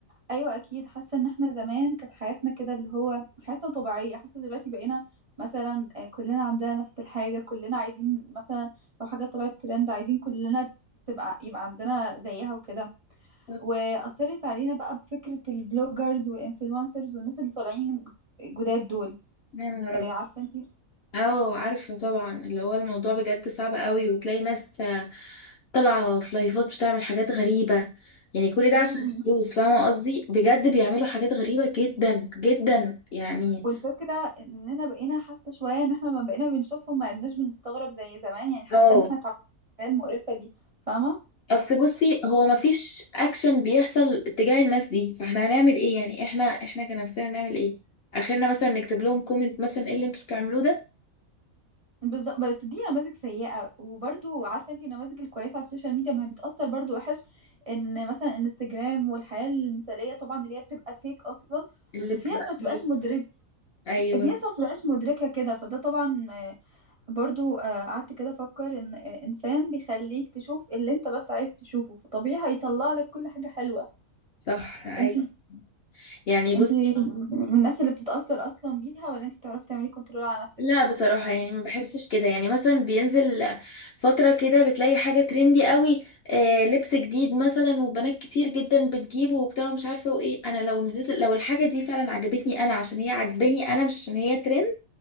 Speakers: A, on the right; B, on the left.
A: ايوه اكيد حاسه ان احنا زمان كانت حياتنا كده اللي هو حياتنا طبيعيه حاسه دلوقتي بقينا مثلا آه، كلنا عندنا نفس الحاجه كلنا عايزين مثلا لو حاجه طلعت ترند عايزين كلنا تبقى يبقى عندنا زيها وكده
B: بالظبط
A: واثرت علينا بقى بفكره البلوجرز والانفلونسرز والناس اللي طالعين جداد دول
B: يا نهار أبيض.
A: آه، عارفه انت
B: اه عارفه طبعا اللي هو الموضوع بجد صعب قوي وتلاقي ناس آه، طالعه في لايفات بتعمل حاجات غريبه يعني كل ده
A: امم
B: عشان فلوس فاهمه قصدي بجد بيعملوا حاجات غريبه جدا جدا يعني
A: والفكره اننا بقينا حاسه شويه ان احنا ما بقينا بنشوفهم ما عدناش بنستغرب زي زمان يعني حاسه
B: اه
A: ان احنا اتعودنا على المقرفه دي فاهمه
B: اصل بصي هو مفيش اكشن بيحصل تجاه الناس دي فاحنا هنعمل ايه يعني احنا احنا كنفسنا هنعمل ايه اخرنا مثلا نكتب لهم كومنت مثلا ايه اللي انتوا بتعملوه ده
A: بالظبط بس دي نماذج سيئه وبرضو عارفه انت النماذج الكويسه على السوشيال ميديا ما هي بتاثر برضو وحش ان مثلا انستجرام والحياه المثاليه طبعا اللي هي بتبقى فيك اصلا
B: اللي بتبقى
A: في ناس ما بتبقاش
B: فيه
A: مدرك
B: ايوه
A: في ناس ما بتبقاش مدركه كده فده طبعا برضو آه، قعدت كده افكر ان آه، انسان بيخليك تشوف اللي انت بس عايز تشوفه فطبيعي هيطلع لك كل حاجة حلوة
B: صح ايوه
A: انت
B: يعني بصي
A: انت من الناس اللي بتتأثر اصلا بيها ولا انت بتعرفي تعملي كنترول على نفسك
B: لا بصراحة يعني ما بحسش كده يعني مثلا بينزل فترة كده بتلاقي حاجة ترندي قوي آه لبس جديد مثلا وبنات كتير جدا بتجيبه وبتاع مش عارفة وايه انا لو نزلت لو الحاجة دي فعلا عجبتني انا عشان هي عجباني انا مش عشان هي ترند